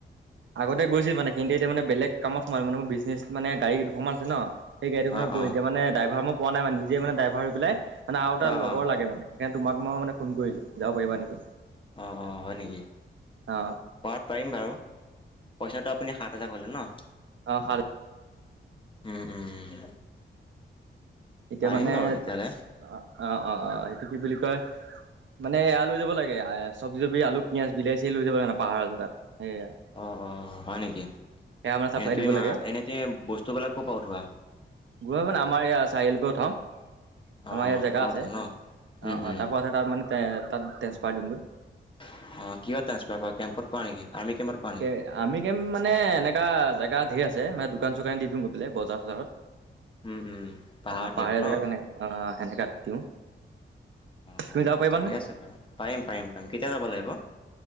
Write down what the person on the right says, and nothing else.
আগতে গৈছিল মানে কিন্তু এতিয়া মানে বেলেগ কামত সোমালো মানে মোৰ বিজনেছ মানে গাড়ী দুশমান আছে ন। সেই গাড়ী খনত
বহিকে
মানে ড্ৰাইভাৰ মই পোৱা নাই মানে নিজে মানে ড্ৰাইভাৰ হৈ পেলাই মানে আৰু এটা
লগৰ
লাগে মানে। তোমাক মই মানে ফোন কৰিলো যাব, পাৰিবা নেকি?
অ
অ', সাত
এতিয়া
মানে
অ', অ', অ', এইটো কি বুলি <unintelligible> মানে এয়া লৈ লব লাগে আ চব্জি তবজী আলু, পিয়াজ, বিলাহী লৈ যাব লাগে পাহাৰৰ জেগাত। সেয়া
সেয়া মানে চাপ্লাই
দিব
লাগে
<unintelligible> আমাৰ এয়া চাৰিআলিৰ পৰা উঠাও।
আমাৰ ইয়াত জেগা
আছে,
অ',
অ',
তাৰ পৰা আছে তাত মানে তাত ট্ৰেঞ্চফাৰ দিম গৈ।
কে আৰ্মী কেম্প মানে, এনেকা জেগা ধেই আছ যে <unintelligible> দোকান চোকান দিওঁ গৈ পেলাই বজাৰ চজাৰত।
অ',
পাহাৰীয়া
জেগাত কেনে, আ সেমেকা দিওঁ
তুমি
যাব পাৰিবা
নহয়